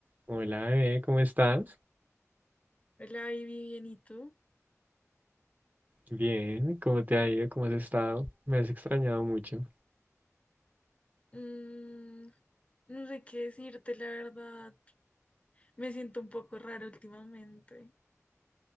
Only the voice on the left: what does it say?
Hola, Ivy, bien, ¿y tú?
Mm, no sé qué decirte, la verdad. Me siento un poco raro últimamente.